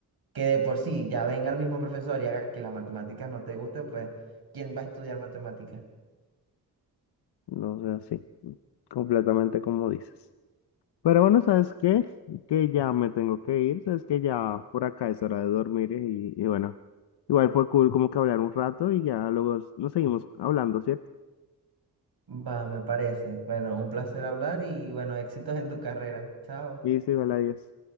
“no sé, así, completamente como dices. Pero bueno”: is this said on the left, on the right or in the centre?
Left